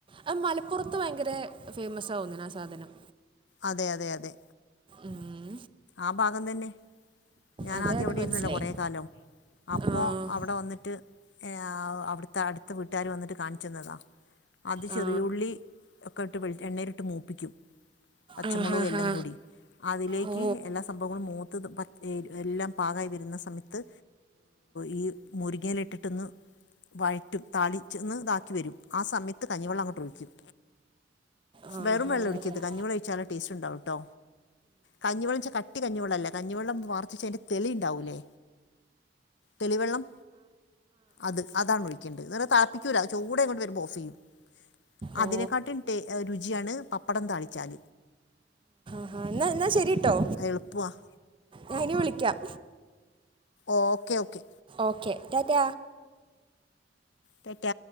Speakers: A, on the right (about 30°); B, on the left (about 70°).
A: ആ മലപ്പുറത്ത് ഭയങ്കര ഫേമസ് ആവുന്ന ആ സാധനം
B: അതെ അതെ അതെ
A: ഉം,
B: ആ ഭാഗം തന്നെ ഞാനാദ്യം
A: അതെ അതെ
B: അവിടെ ആയിരുന്നല്ലോ
A: മനസ്സിലായി
B: കൊറെ കാലം അപ്പോ
A: ആ
B: അവടെ വന്നിട്ട് ഏ അവിടുത്തെ അടുത്ത വീട്ടുകാര് വന്നിട്ട് കാണിച്ചന്നതാ അത്
A: ആ
B: ചെറിയുള്ളി ഒക്കെ ഇട്ട് എണ്ണേലിട്ട് മൂപ്പിക്കും പച്ചമുളകും
A: ആ ഹാ
B: എല്ലാം
A: ഹാ
B: കൂടി അതിലേക്ക്
A: ഓ
B: എല്ലാ സംഭവങ്ങളും മൂത്ത് എല്ലാം പാകായി വരുന്ന സമയത്ത് ഈ മുരിങ്ങയില ഇട്ടിട്ട്ന്ന് വഴറ്റും താളിച്ചെന്ന് ഇതാക്കിവരും ആ സമയത്ത് കഞ്ഞിവെള്ളം അങ്ങോട്ടൊഴിക്കും
A: ആ
B: വെറും
A: ഹാ
B: വെള്ള
A: അടിപൊളി
B: ഒഴിക്കരുത് കഞ്ഞിവെള്ളം ഒഴിച്ചാലെ ടേസ്റ്റ് ഉണ്ടാവുട്ടോ കഞ്ഞിവെള്ളന്നാ വെച്ച കട്ടി- കഞ്ഞിവെള്ളല്ലേ കഞ്ഞിവെള്ളം വാർച്ചിച്ചേന്റെ തെളി ഉണ്ടാവൂലേ തെളിവെള്ളം അത് അതാണ് ഒഴിക്കേണ്ടത് വെള്ളം തിളപ്പിക്കൂല ചൂട് ഇങ്ങോട് വരുമ്പോൾഓഫ് ചെയ്യും
A: ഓ
B: അതിനെക്കാട്ടും ടെ രുചിയാണ് പപ്പടം താളിച്ചാൽ
A: ആഹ് എന്നാ എന്നാ ശെരിട്ടോ
B: അത് എളുപ്പമാണ്
A: ഞാ ഇനി വിളിക്കാം
B: okay okay
A: okay tata
B: Tata